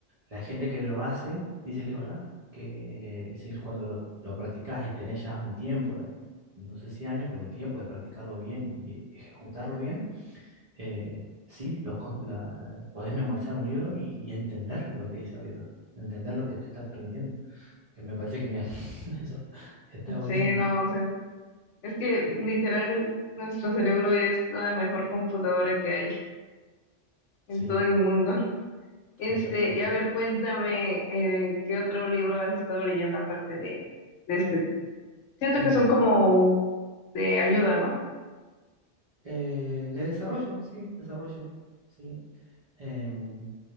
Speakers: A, on the right; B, on the left.
A: la gente que lo hace dice que es verdad, que si cuando lo, lo practicas y tenés ya un tiempo, de- no sé si años, pero un tiempo de practicarlo bien y ejecutarlo bien, eh, sí, los, con- la, podés memorizar un libro y, y entender lo que dice el libro, entender lo que te está transmitiendo, que me parece genial. <laughs> Eso está buenísimo.
B: Sí, no, o sea, es que literal, nuestro cerebro es la mejor computadora que hay en
A: Sí,
B: todo el mundo. <laughs> Este,
A: exactamente.
B: y a ver, cuéntame, eh, ¿qué otro libro has estado leyendo aparte de, de este? Siento
A: Y
B: que
A: mira,
B: son como de ayuda, ¿no?
A: eh, de desarrollo, sí, desarrollo, sí. Em,